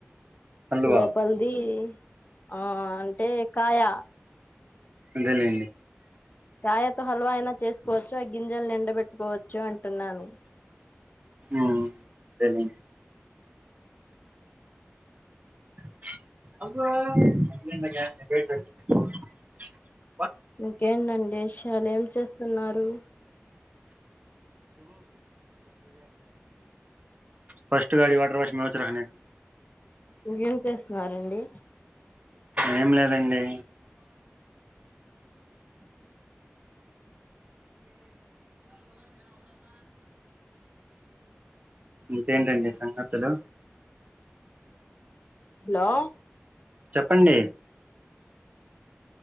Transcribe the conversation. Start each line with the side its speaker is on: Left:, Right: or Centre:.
Right: హల్వా
Left: లోపలిది ఆ అంటే కాయా
Right: అదేలేండి
Left: కాయతో హల్వా అయినా చేసుకోవచ్చు ఆ గింజల్ని ఎండబెట్టుకోవచ్చు అంటున్నాను
Right: ఉమ్ అదేలేండి <unintelligible>
Left: ఇంకేంటండి తలెం చేస్తున్నారు
Right: ఫస్ట్ గాడి సింహాచలం ది
Left: ఏం చేస్తున్నారండి
Right: ఏం లేదండి ఇంకేంటండి సంగతులు
Left: హలో
Right: చెప్పండి